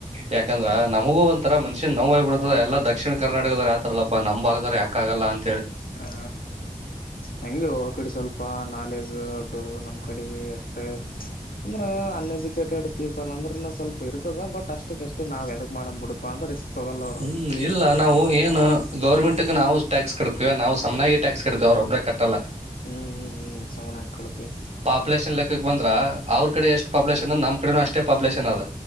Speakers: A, on the right; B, on the left.
A: ಯಾಕಂದ್ರ ನಮಗೂ ಒಂಥರಾ ಮನಷನ್ ನೋವ್ ಹ್ಬ ಬಿಡ್ತದ ಎಲ್ಲ ದಕ್ಷಿಣ ಕರ್ನಾಟಕದಗ ಆತಾರಲ್ಲಪ್ಪ. ನಮ್ಮ್ ಭಾಗದೌರು ಯಾ ಕ ಆಗಲ್ಲ ಅಂತೇಳಿ.
B: ಹಾ, ಹಂಗೆ ಹೋ ಅಕಡಿ ಸ್ವಲ್ಪ ನಾಲೆಜ್ ಅದು ನಮ್ ಕಡಿಗಿ ಅಷ್ಟ. ಅಂದ್ರ ಅನ್ ಎಜುಕೇಟೆಡ್ ಪೀಪಲ್ ಅಂದ್ರನು ಸ್ವಲ್ಪ ಇರ್ತದ ಬಟ್ ಅಷ್ಟಕ್ಕಷ್ಟ ನಾವ್ ಎದಕ್ ಮಾಡ್ ಬಿಡಪಾ ಅಂದ್ರ. ರಿಸ್ಕ್ ತಗಲ್ಲ ಅವ್ರು
A: ಹ್ಮ್ ಇಲ್ಲ ನಾವು ಏನು ಗೌರ್ಮೆಂಟ್ಗ ನಾವು ಟ್ಯಾಕ್ಸ್ ಕಟ್ತೀವ ನಾವು ಸಮನಾಗಿ ಟ್ಯಾಕ್ಸ್ ಕಟ್ತೀವಿ ಅವ್ರೊಬ್ರೇ ಕಟ್ಟಲ್ಲ.
B: ಹ್ಮ್ ಹ್ಮ್ ಹ್ಮ್ ಸಮಾನಗಿ ಕಟ್ತಿವಿ.
A: ಪಾಪುಲೇಷನ್ಲೆಕ್ಕಕ್ಕೆ ಬಂದ್ರ ಅವ್ರ ಕಡೆ ಎಷ್ಟು ಪಾಪಲಷನ್ ಅ ನಮ್ಮ ಕಡೆೆಯನು ಅಷ್ಟೇ ಪಾಪುಲೇಷನ್ ಆದ.